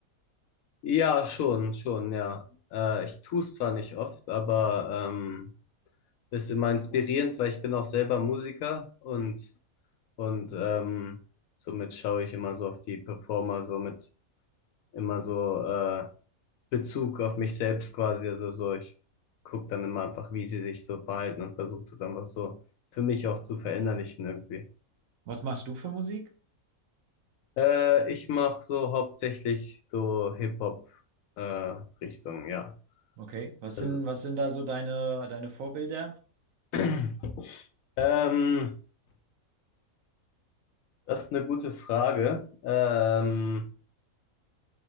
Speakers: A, on the left; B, on the right.
A: ja, schon, schon, ja. Äh, ich tue es zwar nicht oft, aber ähm, ist immer inspirierend, weil ich bin auch selber Musiker und und ähm, somit schaue ich immer so auf die Performer, somit immer so äh, Bezug auf mich selbst quasi. Also so, ich gucke dann immer einfach, wie sie sich so verhalten und versuche das einfach so für mich auch zu verinnerlichen irgendwie.
B: Was machst du für Musik?
A: Äh, ich mache so hauptsächlich so Hip-Hop-Richtung, ja.
B: Okay. Was
A: Also,
B: sind, was sind da so deine, deine Vorbilder?
A: <clears throat> ähm, das ist eine gute Frage. Ähm,